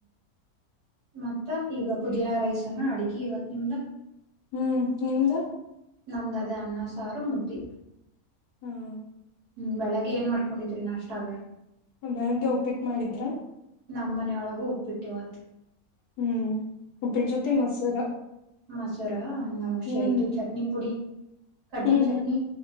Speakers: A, on the right; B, on the left.
A: ಮತ್ತ ಈಗ ಪುದೀನಾ ರೈಸನ್ನ ಅಡಗಿ ಇವತ್ ನಿಮ್ದ
B: ಹ್ಮ್ ನಿಮ್ದು
A: ನಮ್ದಾದ ಅನ್ನ ಸಾರು ಮುದ್ದಿ
B: ಹ್ಮ್
A: ಹ್ಮ್ ಬೆಳಗ್ ಏನ್ ಮಾಡ್ಕೊಂಡಿದ್ರಿ ನಾ ಅಷ್ಟಾಗ
B: ಬೆಳ್ಳಿಗೆ ಒಪ್ಪಿಟ್ಟ ಮಾಡಿದ್ರ
A: ನಮ್ಮ ಮನೊಳಗೂ ಉಪಿಟ್ಟುಇವತ್ತು
B: ಹ್ಮ್ ಉಪ್ಪಿಟ್ಟ ಜೊತೆ ಮೊಸರ
A: ಮೊಸರಾ ನಾವುಷ
B: ಹ್ಮ್
A: ಇದು ಚಟ್ನಿ ಪುಡಿ ಕಡ್ಲಿ
B: ಹ್ಮ್
A: ಚಟ್ನಿ
B: ಹ್ಮ್